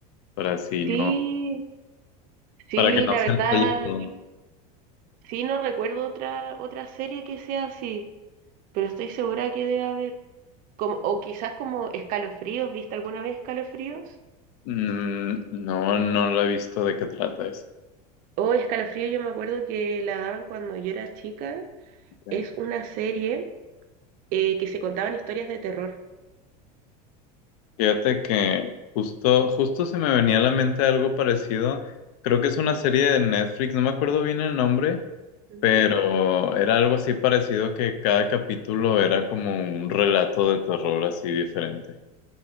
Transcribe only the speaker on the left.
para así
no,
para que no
se
enrolle todo.
Mm, no, no lo he visto de qué trata ese.
ok.
Fíjate que justo, justo se me venía a la mente algo parecido. Creo que es una serie de Netflix, no me acuerdo bien el nombre,
pero era algo así parecido que cada capítulo era como un relato de terror así diferente.